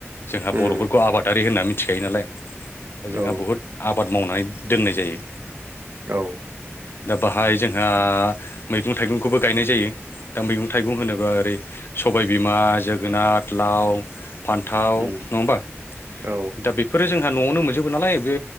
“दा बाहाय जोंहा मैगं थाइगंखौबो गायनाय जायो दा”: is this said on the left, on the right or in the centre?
Left